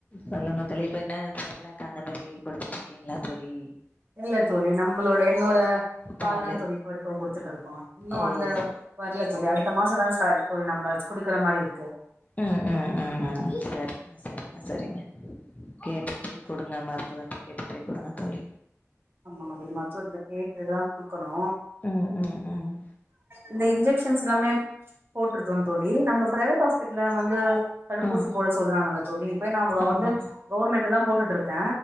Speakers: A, on the left (about 30°); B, on the right (about 45°).
A: சொல்லுங்க தோழி இப்ப என்ன செர்லேக் அந்த மாரி குடுத்துட்டு இருக்கீங்ளா தோழி
B: இல்ல தோழி நம்பளோட என்னோட பால்
A: பாலு
B: தா தோழி இப்ப வரைக்கோ குடுத்துட்டு இருக்கோ இன்னு
A: ஓ
B: அந்த
A: ச
B: வர்ல தோழி அடுத் த மாசோ தா ஸ்டா தோழி நம்ம குடுக்கற மாரி இருக்கு
A: ம் ம் ம் ம் சரிங்க சரிங்க சரிங்க கேட்டுக்கிட்டே குடுங்க மருத்துவர்கிட்ட கேட்டுட்டே குடுங்க தோழி
B: ஆமா அது மருத்துவர்ட்ட கேட்டு தா குடுக்கனு
A: ம் ம் ம்
B: இந்த இன்ஜெக்ஷன்ஸ் எல்லாமே போட்ருக்கோ தோழி நம்ப ப்ரைவேட் ஹாஸ்பிட்டல்ல வந்து தடுப்பூசி
A: ஆ
B: போட சொல்றாங்கல்ல தோழி இப்பயே நா
A: ஆமா
B: வந்து கவுர்மெண்ட்ல தா போட்டுட்டுருக்க